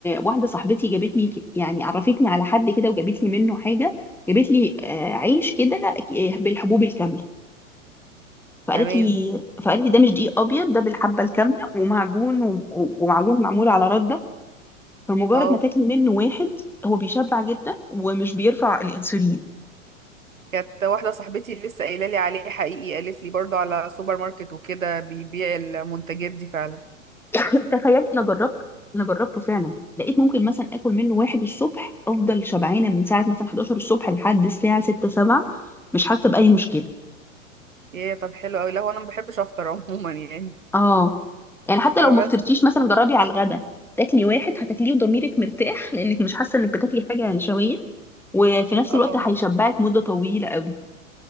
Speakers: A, in the centre; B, on the right.
A: واحده صاحبتي جابت لي ك- يعني عرفتني على حد كده وجابت لي منه حاجه جابت لي آه، عيش كده آه، بالحبوب الكامله فقالت
B: تمام
A: لي فقالت لي ده مش دقيق ابيض ده بالحبه الكامله ومعجون و- ومعجون معمول على رده فمجرد
B: اه
A: ما تاكلي منه واحد هو بيشبع جدا ومش بيرفع الانسولين
B: كانت واحدة صاحبتي لسه قايلة لي عليه حقيقي قالت لي برضو على سوبر ماركت وكده بيبيع المنتجات دي فعلا
A: <coughs> <laughs> تخيلي انا جربته انا جربته فعلا لقيت ممكن مثلا اكل منه واحد الصبح افضل شبعانه من ساعه مثلا 11 الصبح لحد الساعه 6 7 مش حاسه باي مشكله
B: ايه طب حلو قوي لا هو انا ما بحبش افطر عموما <laughs> يعني
A: اه يعني حتى
B: بس
A: لو ما فطرتيش مثلا جربي على الغدا تاكلي واحد هتاكليه وضميرك مرتاح لانك مش حاسه انك بتاكلي حاجه نشويه وفي نفس
B: اه
A: الوقت هيشبعك مده طويله قوي